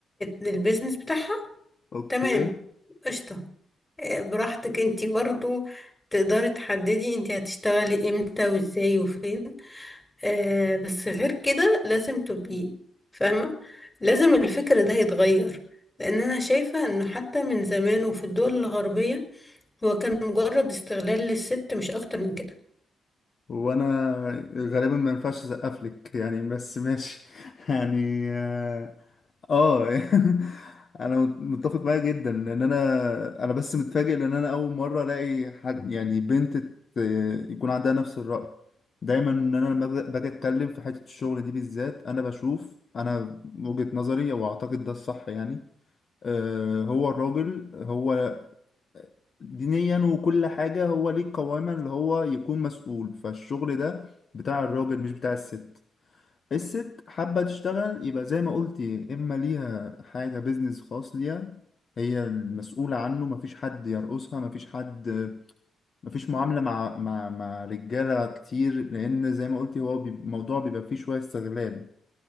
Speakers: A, on the left; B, on the left.
A: البيزنس بتاعها
B: أوكي
A: تمام قشطة آه، براحتك انتي برضو تقدري تحددي انتي هتشتغلي امتى وازاي وفين آه بس غير كده لازم تبقي فاهمة لازم الفكر ده يتغير لان انا شايفة انه حتى من زمان وفي الدول الغربية هو كان مجرد استغلال للست مش اكتر من كده
B: وانا غالبا ما ينفعش اسقف لك يعني بس ماشي <laughs> يعني اه آه. <laughs> انا متفق معاك جدا لان انا انا بس متفاجئ لان انا اول مره الاقي حد يعني بنت ت- يكون عندها نفس الرأي دايما ان انا لما باجي باجي اتكلم في حته الشغل دي بالذات انا بشوف انا وجهة نظري واعتقد ده الصح يعني آه، هو الراجل هو دينيا وكل حاجة هو ليه قواما اللي هو يكون مسؤول فالشغل ده بتاع الراجل مش بتاع الست الست حابة تشتغل يبقى زي ما قلتي إما ليها حاجة بيزنس خاص ليها هي المسؤولة عنه مفيش حد يرقصها مفيش حد مفيش معاملة مع مع مع رجالة كتير لأن زي ما قلتي هو بي- الموضوع بيبقى فيه شوية استغلال